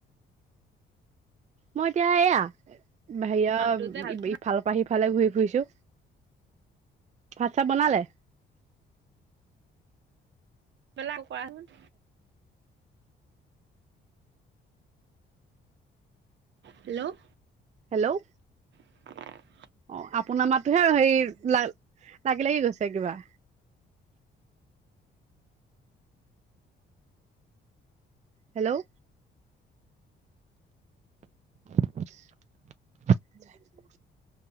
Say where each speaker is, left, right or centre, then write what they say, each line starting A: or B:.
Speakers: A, on the right (about 35°); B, on the right (about 65°).
A: মই এতিয়া এয়া হেয়া
B: মাতটো যে ভালকে
A: ইফালৰ পৰা সি ফালে ঘূৰি ফুৰিছো। ভাত চাত বনালে? <unintelligible>
B: পে লাক কৰাচোন। হেল্ল'?
A: হেল্ল'?
B: অ <inaudible>
A: অ আপোনাৰ মাতোহে হে লা লাগি লাগি গৈছে কিবা? হেল্ল'? <unintelligible>